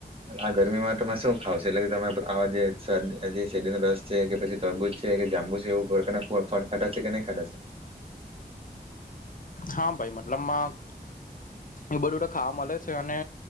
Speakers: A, on the right; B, on the left.
A: આ ગરમીમાં તમે શું ખાવ છો, એટલે કે તમા આવા જે શેરડી જે શેરડીનો રસ છે, કે પછી તરબૂજ છે કે, જાંબુ છે, એવું ઉપર કે ફ ફળ ખાધા છે કે નહી ખાધા છે.
B: હા, ભાઈ મતલબમાં એ બધું ખાવા મળે. છે અને